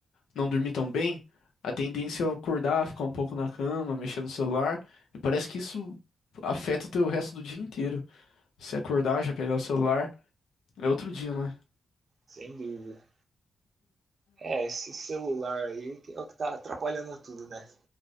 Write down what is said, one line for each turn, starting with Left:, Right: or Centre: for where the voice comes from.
Left: não dormi tão bem. A tendência é acordar, ficar um pouco na cama, mexer no celular. E parece que isso afeta o teu resto do dia inteiro. Você acordar, já pegar o celular, é outro dia, né?
Right: sem dúvida. É, esse celular aí que é o que tá atrapalhando tudo, né?